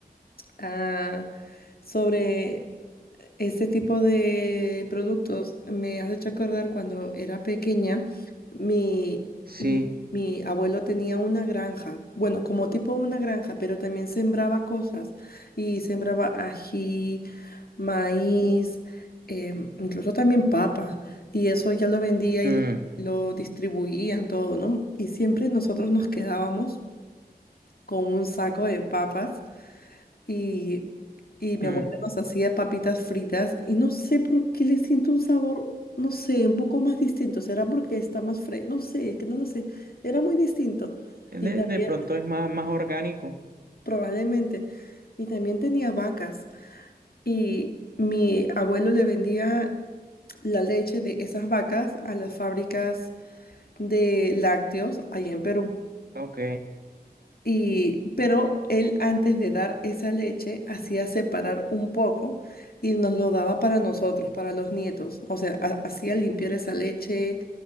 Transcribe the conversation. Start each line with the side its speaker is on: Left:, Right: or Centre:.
Left: ah, sobre este tipo de productos me has hecho acordar cuando era pequeña, mi,
Right: sí.
Left: mi, mi abuelo tenía una granja, bueno, como tipo una granja, pero también sembraba cosas y sembraba ají, maíz, eh, incluso también papa, y eso ya lo vendía
Right: mm,
Left: y lo distribuían todo, ¿no? Y siempre nosotros nos quedábamos con un saco de papas y, y mi
Right: mm.
Left: abuela nos hacía papitas fritas y no sé por qué le siento un sabor, no sé, un poco más distinto. ¿Será porque está más fresco? No sé, es que no lo sé. Era muy distinto.
Right: De,
Left: Y también,
Right: de pronto es más, más orgánico.
Left: probablemente, y también tenía vacas. Y mi abuelo le vendía la leche de esas vacas a las fábricas de lácteos allá en Perú.
Right: Ok,
Left: Y, pero él antes de dar esa leche hacía separar un poco y nos lo daba para nosotros, para los nietos. O sea, ha- hacía limpiar esa leche,